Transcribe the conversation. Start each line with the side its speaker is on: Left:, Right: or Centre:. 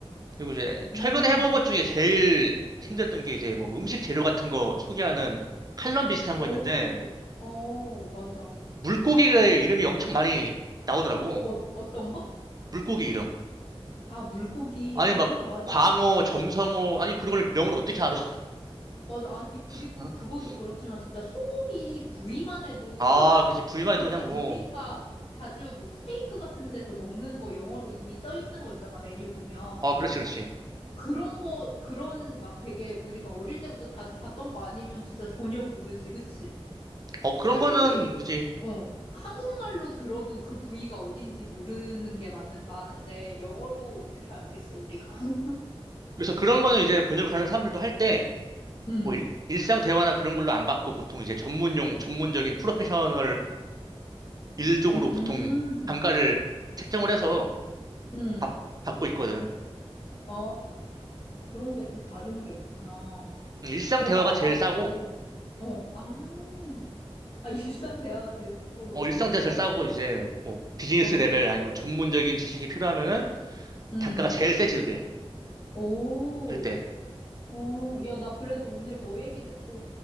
Right: 그리고 이제 최근에
Left: 음,
Right: 해본 것 중에 제일 힘들었던 게 이제 뭐 음식 재료 같은 거 소개하는 칼럼 비슷한
Left: 오,
Right: 거 있는데
Left: 어, 맞아.
Right: 물고기의
Left: 우리,
Right: 이름이 엄청 많이 나오더라고
Left: 어, 어, 어떤 거?
Right: 물고기 이름
Left: 아, 물고기.
Right: 아니
Left: 아,
Right: 막
Left: 맞아.
Right: 광어
Left: 어,
Right: 점성어 아니 그런 걸 영어로 어떻게 알아
Left: 맞아. 아니, 그리고
Right: <laughs>
Left: 그거도 그렇지만 진짜 소고기 부위만 해도
Right: 아 그렇지 부위만
Left: 진짜
Right: 해도 그냥
Left: 우리가
Right: 뭐어
Left: 자주 뭐 스테이크 같은 데서 먹는 거 영어로 이미 써 있는 거 있잖아, 메뉴 보면.
Right: 그렇지 그렇지
Left: 그런 거, 그런 막 되게 우리가 어릴 때부터 자주 봤던 거 아니면 진짜 전혀 모르지, 그치?
Right: 어 그런
Left: 솔직히,
Right: 거는 그지
Left: 어, 한국말로 들어도 그 부위가 어딘지 모르는 게 많, 많은데, 영어로 어떻게 알겠어, 우리가? <laughs>
Right: 그래서 그런 거는 이제 번역하는 사람들도 할 때
Left: 음,
Right: 뭐 일, 일상 대화나 그런 걸로 안 받고 보통 이제 전문용 전문적인 프로페셔널 일 쪽으로
Left: 음,
Right: 보통 단가를 책정을 해서
Left: 음.
Right: 받, 받고 있거든.
Left: 아, 그, 런 게 또 다른 게 있구나.
Right: 일상
Left: 야,
Right: 대화가
Left: 나,
Right: 제일
Left: 아,
Right: 싸고,
Left: 어, 어, 아. 아, <laughs> 일상 대화가 제일 싸고 너무
Right: 어, 일상
Left: 웃기다.
Right: 대화 제일 싸고, 이제, 뭐, 비즈니스
Left: 어,
Right: 레벨 아니면 전문적인 지식이 필요하면은
Left: 음.
Right: 단가가 제일 세지, 그게.
Left: 오,
Right: 할 때.
Left: 어, 야, 나 그래도 오늘 너 얘기 듣고